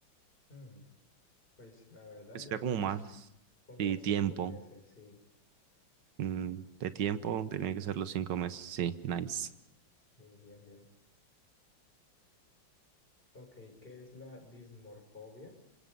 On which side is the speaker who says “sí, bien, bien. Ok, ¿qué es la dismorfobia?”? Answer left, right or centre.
Left